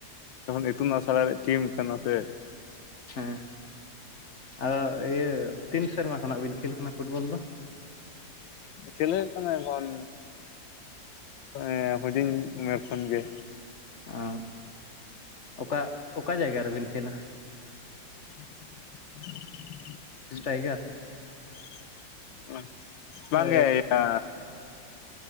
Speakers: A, on the left; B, on the left.
A: ᱡᱚᱠᱷᱚᱱ ᱤᱛᱩᱱ ᱟᱥᱲᱟ ᱨᱮᱭᱟᱜ ᱴᱤᱢ ᱠᱟᱱᱟ ᱥᱮ᱾
B: ᱦᱮᱸ, ᱟᱫᱚ ᱤᱭᱟᱹ ᱛᱤᱱ ᱥᱮᱨᱢᱟ ᱠᱷᱚᱱᱟᱜ ᱵᱤᱱ ᱠᱷᱮᱞ ᱠᱟᱱᱟ ᱯᱷᱩᱴᱵᱚᱞ ᱫᱚ?
A: ᱠᱷᱮᱞᱳ ᱦᱩᱭᱩᱜ ᱠᱟᱱᱟ ᱮᱠᱷᱚᱱ ᱮᱸ ᱦᱩᱰᱤᱧ ᱩᱢᱮᱨ ᱠᱷᱚᱱ ᱜᱮ᱾
B: ᱚ ᱚᱠᱟ ᱚᱠᱟ ᱡᱟᱭᱜᱟ ᱨᱮᱵᱮᱱ ᱠᱷᱮᱞᱟ?
A: <unintelligible>
B: ᱥᱴᱨᱟᱭᱜᱟᱨ
A: ᱵᱟᱝ
B: ᱥᱮ
A: ᱜᱮ ᱤᱭᱟᱹ